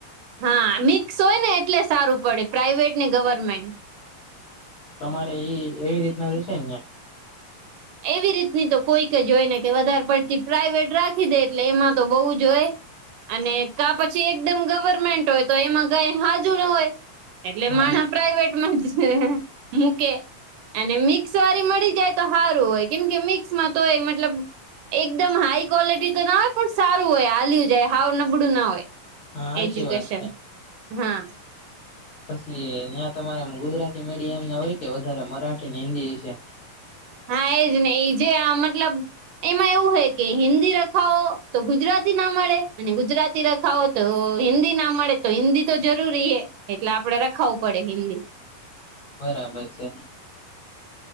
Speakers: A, on the right; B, on the left.
A: હા મિક્સ હોય ને એટલે સારું પડે પ્રાાઈવેટ ને ગવર્મેન્ટ.
B: તમારે ઈ એવી રીતના રહેશે ને?
A: એવી રીતની તો કોઈક જ હોય ને કે વધારે પડતી પ્રાઇવેટ રાખી દે એટલે એમાં તો બહુ જ હોય અને કા પછી એકદમ ગવર્મેન્ટ હોય તો એમાં કઈ હાજુ ન હોય. એટલે
B: હા
A: <unintelligible>
B: એ
A: પ્રાાઈવેટ માં જ રે મૂકે અને મિક્સ વાળી મળી જાય તો હા રુ હોય કેમ કે મિક્સમાં તો એ મતલબ એકદમ હાઈ ક્વોલિટી તો ના હોય પણ સારું હોય હાલ્યું જાય હાવ નબળું ના હોય.
B: હા હાચી
A: એજ્યુકેશન
B: વાત છે
A: હા
B: પછી ન્યા તમારે ગુજરાતી મીડિયમ ના હોય કે વધારે મરાઠી ને હિન્દી વિશે?
A: હા એજ ને ઈ જે આ મતલબ એમાં એવું હોય કે હિન્દી રખાવો તો ગુજરાતી ના મળે અને ગુજરાતી રખાવો તો હિન્દી ના મળે તો હિન્દી તો જરૂરી હે એટલે આપડે રખાવું પડે હિન્દી.
B: બરાબર છે.